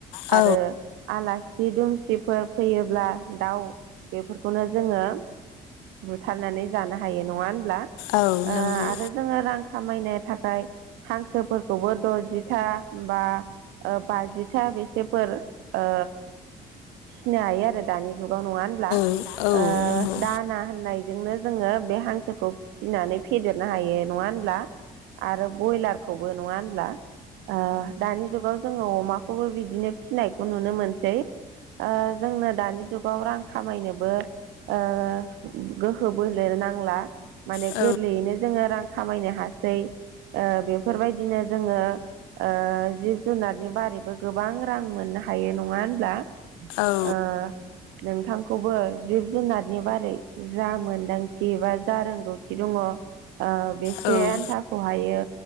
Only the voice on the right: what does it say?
आरो आलासि दुमसिफोर फैयोब्ला दाउ बेफोरखैनो जोङो। बुथारनानै जानो हायो नङा होनब्ला
ओ
आरो। जोङो रां खामायनो थाखाय हांसोफोरखौबो दजिथा बा ओ बाजिथा बेसेफोर ओ फिनो हायो आरो दानि जुगाव नङा होनब्ला।
ओ
दाना होननायजोंनो जोङो बे हांसोखौ फि फिसिनानै फेदेरनो हायो नङा होनब्ला आरो ब्रयलारखौबो नङा होनब्ला। ओ दानि जुगाव जोङो अमाखौबो बिदिनो फिनायखौ नुनो मोनसै। ओ जोंनो दानि जुगाव रां खामायनोबो ओ गोहो बोलो नांला माने
गोरलैयैनो जोङो रां खामायनो हासै ओ बेफोरबायदिनो जोङो। ओ जिब जुनारनि बारैबो गोबां रां मोननो हायो नङा होनब्ला। ओ
नोंथांखौबो जिब जुनारनि बारै जा मोनदांथि बा जा रोंगौथि दङ। ओ बेसे
आन्थाखौ हायो